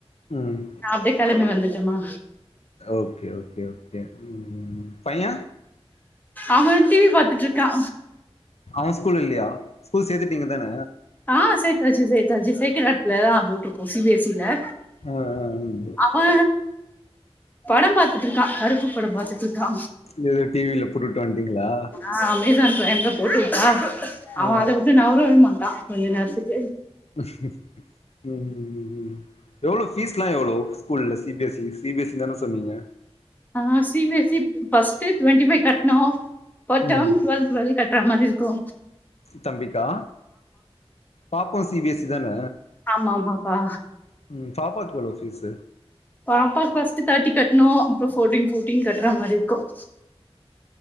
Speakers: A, on the left; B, on the left.
A: உம்
B: அப்டி கெழம்பி வந்துட்டேமா
A: ஓகே ஓகே ம் பைய
B: அவே டிவி பாத்துட்டு இருப்பியா
A: அவே ஸ்கூல் இல்லையா ஸ்கூல் சேத்துட்டீங்க தான
B: ஆ சேத்தாச்சு சேத்தாச்சு சேக்கிராட்லதா போட்ருக்கோ சிஎஸ்ஐ ல
A: ஆ ஆ உம்
B: அவே படம் பாத்துட்டு இருக்கா கருப்பு படம் பாத்துட்டு இருக்கா
A: இந்த இது டீவியில புட்டுட்டு வந்ட்டீங்களா
B: ஆ அமேசான் பிரைம் தா போட்டுவிட்டோ அவே
A: ஆ
B: அதவிட்டு நவரவே மாட்டா கொஞ்ச நேரத்துக்கு
A: உம்ம்ம் எவ்ளோ ஃபீஸ்லாம் எவ்ளோ ஸ்கூல்ல சிபிஸ்சி சிபிஸ்சி தான சொன்னீங்க
B: அ சிபிஎஸ்சி ஃபஸ்ட்டு டுவண்டி ஃவைவ் கட்டணோம ஒரு
A: ம்
B: டேம் டுவல் டுவல் ட்ற மாரி இருக்கூ
A: தம்பிக்கா பாப்பா சிபிஎஸ்சி தான
B: ஆமா ஆமாப்பா
A: உம் பாப்பாக்கு எவ்ளவு ஃபீஸ்
B: பாப்பா க்கு ஃபஸ்ட் தேர்ட்டி கட்டணு அப்றோ ஃபோர்டீன் ஃபோர்டீன் கட்டுற மாதிரி இருக்கும்